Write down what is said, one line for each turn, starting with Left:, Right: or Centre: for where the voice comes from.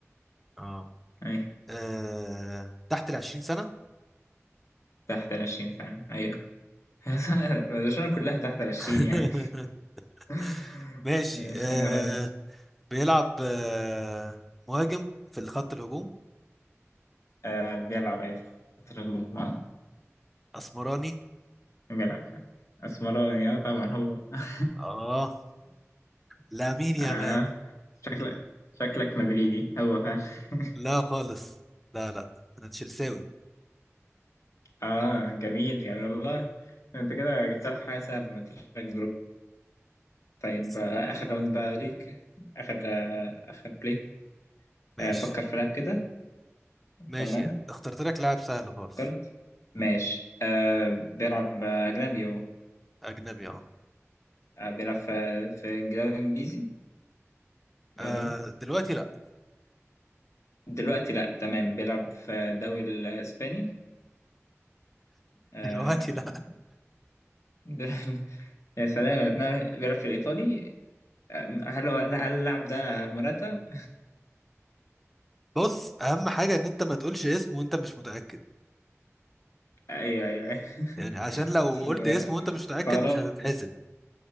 Centre: اه
Left: أيوة
Centre: آه، تحت ال 20 سنة
Left: تحت العشرين فعلا أيوه <laughs> برشلونة كلها تحت العشرين
Centre: <laughs>
Left: يعني <laughs>
Centre: ماشي
Left: مفيش
Centre: آه
Left: حاجة خالص
Centre: بيلعب آه مهاجم في خط الهجوم
Left: آه بيلعب أيوة في خط الهجوم اه
Centre: اسمراني
Left: بيلعب فعلا أسمراني اه طبعا هو <laughs>
Centre: اه لامين يامال
Left: آه شكلك شكلك مدريدي هو فعلا <laughs>
Centre: لا خالص لا لا انا تشيلساوي
Left: اه جميل يعني والله انت كده جبت لك حاجة سهلة ما تشارك طيب
Centre: بس
Left: آه، آخر راوند بقى ليك آخر آه، آخر بلاي
Centre: ماشي
Left: آه، فكر في لعب كده
Centre: ماشي
Left: تمام
Centre: اخترت لك لاعب سهل خالص
Left: فكرت ماشي آه بيلعب آه، أجنبي هو
Centre: اجنبي اه
Left: آه بيلعب في في دوري إنجليزي
Centre: آه
Left: ولا
Centre: دلوقتي لا
Left: دلوقتي لأ تمام بيلعب في الدوري الإسباني آه
Centre: <laughs> دلوقتي لا
Left: دل- <laughs> يا سلام بتنا- بيلعب في الإيطالي آه، هل هو هل اللاعب ده موراتا؟
Centre: بص اهم حاجه ان انت ما تقولش اسم وانت مش متاكد
Left: أيوه أيوه
Centre: يعني
Left: <laughs>
Centre: عشان لو
Left: استغربت
Centre: قلت اسم وانت مش متاكد مش هتتحسب